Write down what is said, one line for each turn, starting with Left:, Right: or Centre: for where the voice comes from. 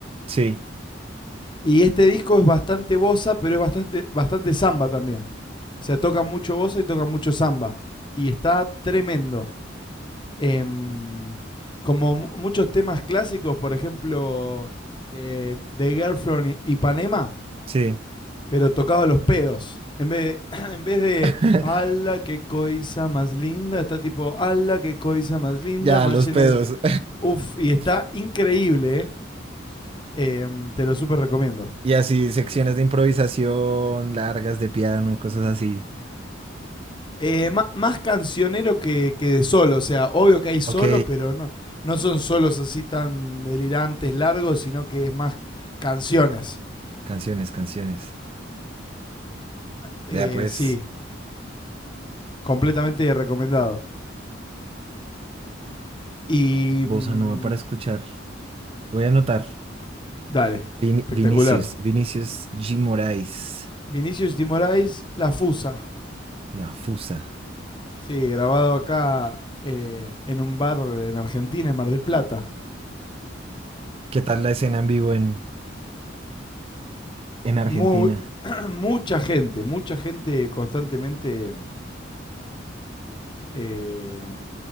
Right: sí,
Left: Y este disco es bastante bossa, pero es bastante, bastante samba también. O sea, toca mucho bossa y toca mucho samba. Y está tremendo. Em, como muchos temas clásicos, por ejemplo, eh, The Girl from Ipanema,
Right: sí.
Left: pero tocado a los pedos. En vez, <clears throat> de- en vez de,
Right: <laughs>
Left: ala, qué coisa más linda, está tipo, ala, qué coisa más linda,
Right: Ya,
Left: más
Right: los
Left: llena
Right: pedos.
Left: de... Uf, y está
Right: <laughs>
Left: increíble, ¿eh? Em, te lo súper recomiendo.
Right: Y así, secciones de improvisación, largas de piano, cosas así.
Left: Eh, ma- más cancionero que, que de solo, o sea, obvio que hay solo,
Right: Ok,
Left: pero no, no son solos así tan delirantes, largos, sino que es más canciones.
Right: canciones, canciones.
Left: Eh,
Right: Vea pues,
Left: sí, completamente recomendado. Y
Right: bossa
Left: mm,
Right: nova para escuchar. Lo voy a anotar.
Left: dale,
Right: Vin-
Left: espectacular.
Right: Vinicius, Vinicius G. Moraes,
Left: Vinicius Dimorais, La Fusa.
Right: La Fusa.
Left: Sí, grabado acá eh, en un bar en Argentina, en Mar del Plata.
Right: ¿Qué tal la escena en vivo en, en Argentina?
Left: Muy, <clears throat> <coughs> mucha gente, mucha gente constantemente eh,